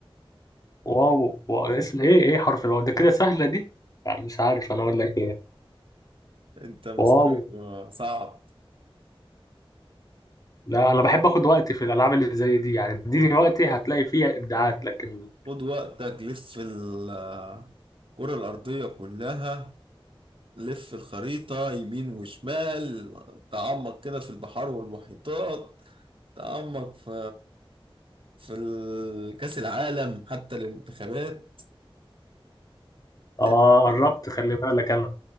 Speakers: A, on the left (about 40°); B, on the right (about 60°).
A: واو واو اسم ايه ايه حرف الواو ده كده سهلة دي لا مش عارف انا اقول لك ايه
B: <laughs> أنت مستواك
A: واو
B: صعب
A: لا انا بحب اخد وقتي في الالعاب اللي زي دي يعني اديني وقتي هتلاقي فيها ابداعات لكن
B: خد وقتك لف ال- الكرة الأرضية كلها لف الخريطة يمين وشمال تعمق كده في البحار والمحيطات تعمق في في ال- كأس العالم حتى للمنتخبات ليه
A: اه قربت
B: كده
A: خلي بالك انا